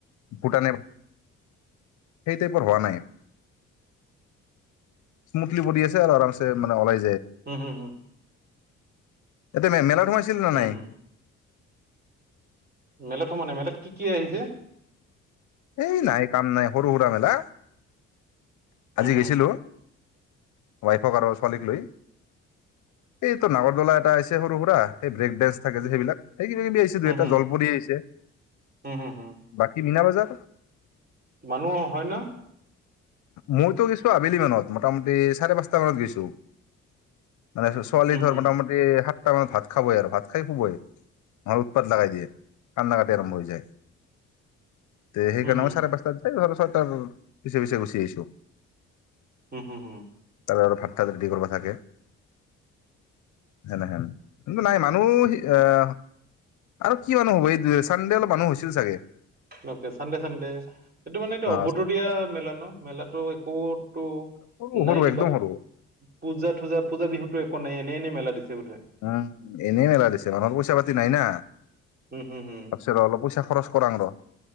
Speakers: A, on the left; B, on the right.
A: ভূটানে সেইটাইপোৰ হোৱা নাই স্মুথলি বডি আছে আৰু আমে মানে ওাই
B: হম হুম হু
A: এতি ম মেলা প্ৰথম আছিল ন নাই
B: হুম। মেলত সম মানে মেলত কি কি আহিছে
A: এই নাই কাম নাই সৰু সুৰা মেলা
B: হুম
A: আজি
B: হুম,
A: গৈছিলো ৱাইফক আৰু ছোৱালীক লৈ এইটো নাগৰদলা এটাছে সৰু সুৰা সেই ব্ৰেক ডেন্ঞ্চ থাকে যে সেইবিলাক সেই কিবি কিবি আহিছে
B: হুম
A: দে এটা
B: হুম,
A: জলপৰি আহিছে
B: হুম হুম হুম।
A: বাকী মীনা বজাৰ
B: মানুহ হয় ন
A: মইতো গৈছো আবেলি মানত মোটামুটি চাৰে পাঁচটা মানত গৈছো মানে ছোৱালী
B: হুম
A: ধৰ
B: হুম,
A: মোটামুটি সাত সাত মানে ভাত খাবই আৰু ভাত খাই শুবই ম উৎপাত লগাই দিয়ে কান্দা কাটি আৰম্ভ হৈ যায় তে সেইকাৰণে
B: হুম হুম,
A: মই চাৰেপস্তাতে যৰ পিছে পিছে গৈছে দিছো
B: হম হুম হুম
A: তাৰ আৰু ভাত তাত ৰেডি কৰিব থাকে যেনে হেন কিন্তু নাই মানুহ আহ আৰু কিয় নহব এই চানডে অলপ মানুহ হৈছিল চাগে
B: নে চানডে চানডে এইটো মানে এইটো
A: অ
B: অবতৰীয়া দিয়া মেলা ন মেলাতো একোতো
A: সৰু
B: নাই
A: সৰু
B: কিবা
A: একদম সৰু
B: পূজা থুজা পূজা বিহুতো একো নাই এনে এনেই মেলা দিছে বোধহয়।
A: উম এনেই মেলা দিছে মান পৈছে তি নাই না
B: হুম হুম হুম।
A: তাৰ পিছত ৰ অলপ পইচা খৰচ কৰাং ৰ